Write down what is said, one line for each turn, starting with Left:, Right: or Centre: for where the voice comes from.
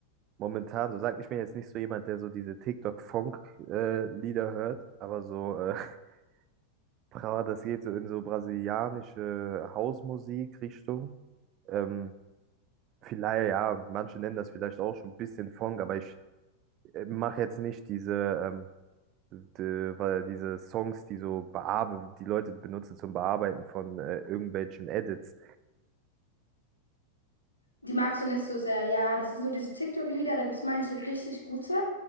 Right: momentan so sagen, ich bin jetzt nicht so jemand, der so diese TikTok-Funk-Lieder hört, aber so, äh, <laughs> Brava, das geht so in so brasilianische Hausmusik-Richtung. Ähm, vielleicht, ja, manche nennen das vielleicht auch schon ein bisschen Funk, aber ich äh, mache jetzt nicht diese, ähm, die, weil diese Songs, die so bearbe die Leute benutzen zum Bearbeiten von äh, irgendwelchen Edits.
Left: Die magst du nicht so sehr, ja. Das sind so diese TikTok-Lieder, da gibt es manche richtig gute